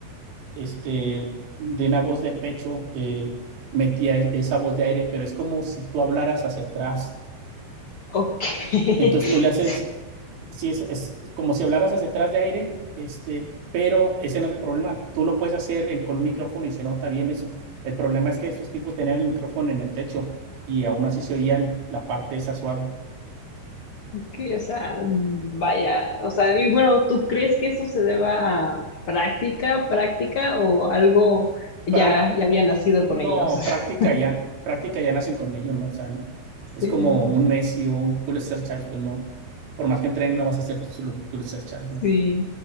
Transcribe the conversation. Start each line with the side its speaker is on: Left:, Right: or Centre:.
Right: este, de una voz de pecho, eh, metía e- esa voz de aire, pero es como si tú hablaras hacia atrás
Left: Ok, <laughs>
Right: Entonces tú le haces,
Left: sí,
Right: sí, es, es como si hablaras hacia atrás de aire, este, pero ese no es el problema. Tú lo puedes hacer en- con un micrófono y se nota bien eso. El problema es que esos tipos tenían el micrófono en el techo y aún así se oían la parte esa suave.
Left: Que, o sea, vaya, o sea, y bueno, ¿tú crees que eso se deba a práctica, práctica o algo ya,
Right: Prac-
Left: ya había nacido
Right: no,
Left: con ellos? <laughs>
Right: práctica ya, práctica ya nacen con ello, ¿no? O sea, es
Left: Sí,
Right: como un Messi o un Julio César Chávez, pues no. Por más que entrenen, no vas a ser Julio César Chávez, ¿no?
Left: sí,